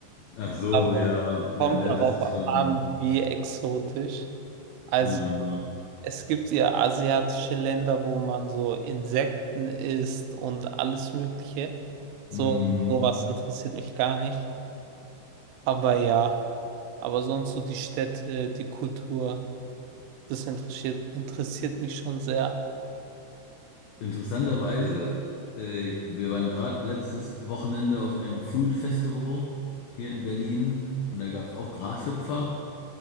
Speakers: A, on the left; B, on the right.
A: Ach so,
B: aber
A: ja, ja,
B: kommt
A: ne,
B: darauf
A: das ist schon,
B: an, wie exotisch. Also
A: äh,
B: es gibt ja asiatische Länder, wo man so Insekten isst und alles Mögliche. So,
A: mm.
B: sowas interessiert mich gar nicht. Aber ja, aber sonst so die Städte, die Kultur, das interessiert, interessiert mich schon sehr.
A: Interessanterweise, äh, wir waren gerade letztes Wochenende auf einem Food Festival hier in Berlin und da gab es auch Grashüpfer